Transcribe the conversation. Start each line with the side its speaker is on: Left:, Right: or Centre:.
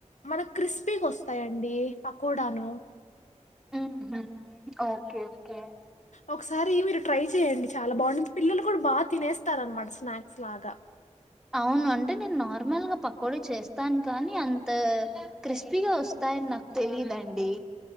Left: మన క్రిస్పి వస్తు వస్తాయండి పకోడాను
Centre: ఉహు ఓకే ఓకే
Left: ఒకసారి మీరు ట్రై చెయండి చాలా బాగుంటుంది పిల్లలు కూడా బాగా తినేస్త స్తారనమాట స్నాక్స్ లాగా
Centre: అవును అంటే నేను నార్మల్గా పకోడ చేస్తాను కానీ అంత క్రిస్పీగా వస్తాయని నాకు తెలియదండి